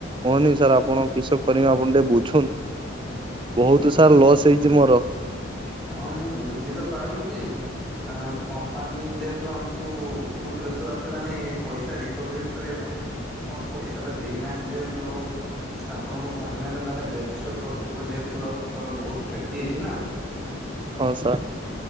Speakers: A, on the right (about 25°); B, in the centre.
A: କୁହନି ସାର୍ ଆପଣ କିସ କରିବେ ଆପଣ ଟିକେ ବୁଝୁନ୍? ବହୁତ ସାର୍ ଲସ୍ ହେଇଛି ମୋର।
B: ହଁ, ମୁଁ ବୁଝି ତ ପାରୁଛି! ଆଁ କମ୍ପାନୀ ଯେହେତୁ ଆମକୁ ଉପରୁ ପ୍ରେସର୍ ଆସିଲାଣି ପଇସା ରିକଭର୍ କରିବା ପାଇଁ ଆପଣ ପଇସା ଟା ଦେଇନାହାଁନ୍ତି, ଯେହେତୁ ଆପଣଙ୍କ କଂପ୍ଲେନ୍ ଟା ତାହେନେ ରେଜିଷ୍ଟର୍ କରିତେ ଦବ, ଯେହେତୁ ଆପଣଙ୍କର ବହୁତ କ୍ଷତି ହେଇଛି ନା!
A: ହଉ ସାର୍।